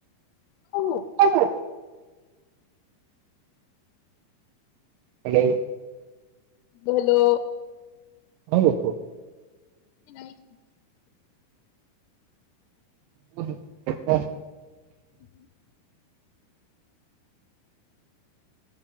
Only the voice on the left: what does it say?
ହଉ
ହାଲୋ।
ଇଲାଇ।
ହ। <inaudible>